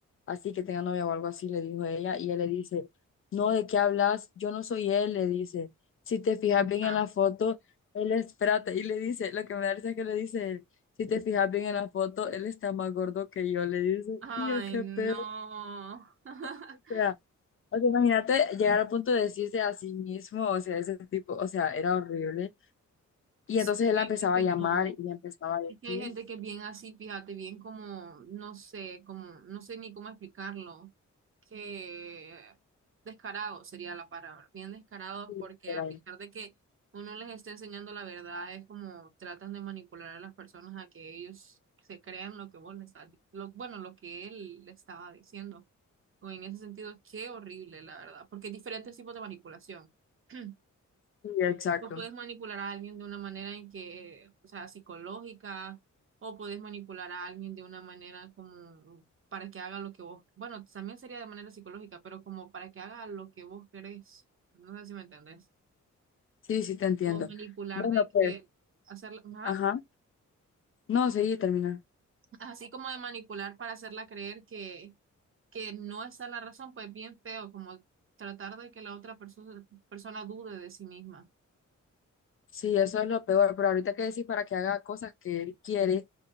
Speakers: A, on the left (about 45°); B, on the right (about 45°).
A: así que tenga novia o algo así, le dijo ella, y él le dice, no, ¿de qué hablas? Yo no soy él, le dice, si te fijas
B: Ya.
A: bien en la foto, él es, espérate, y le dice, lo que me da risa es que le dice él, si te fijas bien en la foto, él está más gordo que yo, le dice,
B: Ay,
A: y yo qué
B: no.
A: pedo,
B: <laughs>
A: o sea, o sea, imagínate llegar al punto de decirse a sí mismo, o sea, ese tipo, o sea, era horrible, y
B: Sí,
A: entonces él
B: es
A: la empezaba
B: que
A: a llamar
B: no.
A: y le empezaba a decir,
B: Es que hay gente que es bien así, fíjate, bien como, no sé, como, no sé ni cómo explicarlo, que descarado sería la palabra, bien descarados
A: y
B: porque
A: era
B: a pesar de que uno les esté enseñando la verdad, es como tratan de manipular a las personas a que ellos se crean lo que vos les estás, di- lo, bueno, lo que él le estaba diciendo. O en ese sentido, qué horrible, la verdad, porque hay diferentes tipos de manipulación. <clears throat>
A: Sí, exacto.
B: Tú puedes manipular a alguien de una manera en que, o sea, psicológica, o puedes manipular a alguien de una manera como para que haga lo que vos, bueno, también sería de manera psicológica, pero como para que haga lo que vos querés. No sé si me entendés.
A: Sí, sí, te entiendo.
B: O manipular
A: Bueno,
B: de que
A: pues,
B: hacerla, ajá,
A: ajá. No, sí, termina.
B: así como de manipular para hacerla creer que, que no está la razón, pues bien feo, como tratar de que la otra persona persona dude de sí misma.
A: Sí, eso es lo peor, pero ahorita que decís para que haga cosas que él quiere,